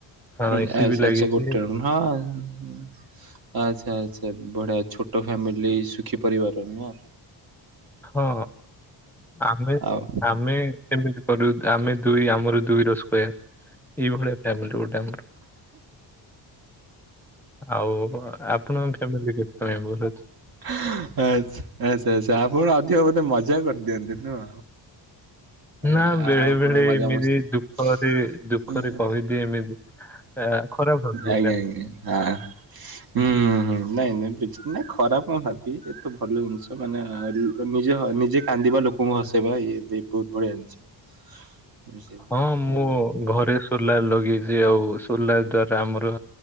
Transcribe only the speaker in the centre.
ହଁ
ଏସି
ବି ଲାଗିଛି
ହଁ ଆମେ
ଆମେ ସେମତି। ଆମେ ଦୁଇ ଆମର ଦୁଇ ର ସ୍କେୟାର ଏଇଭଳିଆ ଫାମିଲ ଗୋଟେ ଆମର। ଆଉ ଆପଣଙ୍କ ଫ୍ୟାମିଲି କେତେ ମେମ୍ବର ରହୁଛ।
ନା
ବେଳେ
ବେଳେ
ଏମିତି
ଦୁଃଖରେ ଦୁଃଖରେ କହିଦିଏ ଏମିତି ଆ, ଖରାପ ଭାବିବେନି
ଆପଣ।
ହଁ ମୁଁ
ଘରେ ସୋଲାର ଲଗେଇଛି ଆଉ ସଲାର ଦ୍ଵାରା ଆମର।